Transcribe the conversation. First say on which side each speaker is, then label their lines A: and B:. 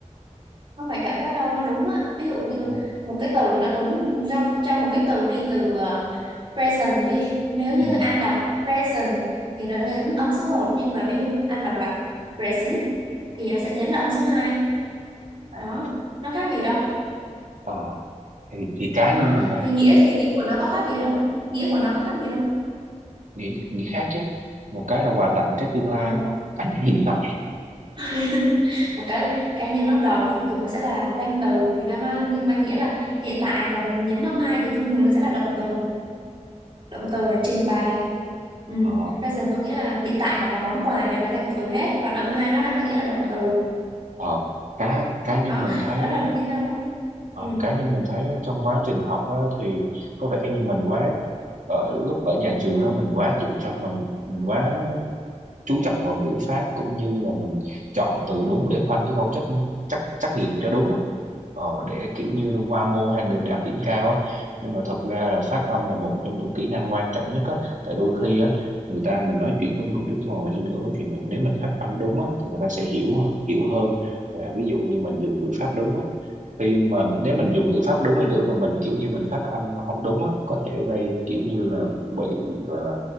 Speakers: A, on the right (about 40°); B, on the right (about 80°).
A: không phải cảm giác đâu nó đúng á ví dụ như
B: ừ.
A: một cái từ nó đúng cho cho một cái từ đi từ ờ, present đi nếu như
B: Ừ.
A: anh đọc present thì nó nhấn âm số một nhưng mà ví dụ anh đọc là present thì nó sẽ nhấn là âm số hai
B: à
A: đó nó khác gì đâu
B: ờ thì thì cá
A: nó
B: nhân mình thôi
A: về nghĩa thì nghĩa của nó có khác gì đâu nghĩa của nó có khác gì đâu
B: nghĩ nghĩ khác chứ một cái là quà tặng cái tương lai
A: Ờ.
B: đúng không à, cái hiện tại <laughs>
A: <laughs> một cái là cái nhấn âm đầu thông thường nó sẽ là danh từ thì nó mang mang nghĩa là hiện tại còn nhấn âm hai thì thông thường nó sẽ là động từ động
B: Đúng
A: từ
B: rồi.
A: là trình bày ừ.
B: ờ
A: present có nghĩa là hiện tại hoặc là món quà đều là danh từ hết còn âm hai nó lại mang nghĩa là động từ
B: ờ cá cá nhân
A: đó
B: mình thấy
A: đó là
B: á
A: lý do đó
B: Ờ,
A: ừ.
B: cá nhân mình thấy trong quá trình học á, thì có vẻ như mình quá ở lúc ở nhà trường á, mình quá chủ trương và mình quá chú trọng vào ngữ pháp cũng như là mình chọn từ đúng để khoanh chứ không trắc trắc trắc nghiệm cho đúng á ờ, để kiểu như là qua môn hay để đạt điểm cao á nhưng mà thật ra là phát âm là một trong những kỹ năng quan trọng nhất á tại đôi khi á người ta mình nói chuyện với người nước ngoài đi nữa thì mình nếu mình phát âm đúng á thì người ta sẽ hiểu hiểu hơn là ví dụ như mình dùng ngữ pháp đúng á khi mà nếu mình dùng ngữ pháp đúng đi nữa mà mình kiểu như mình phát âm không đúng á có thể gây kiểu như là bị gọi là